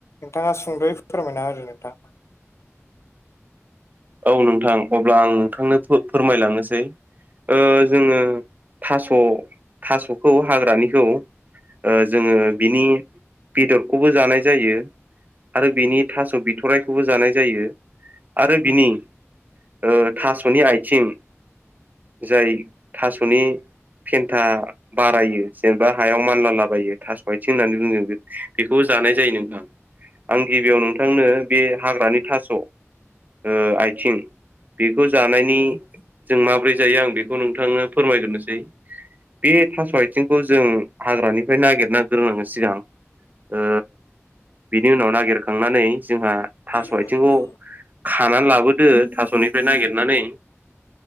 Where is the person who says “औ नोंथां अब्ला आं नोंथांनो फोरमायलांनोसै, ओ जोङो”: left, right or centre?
Right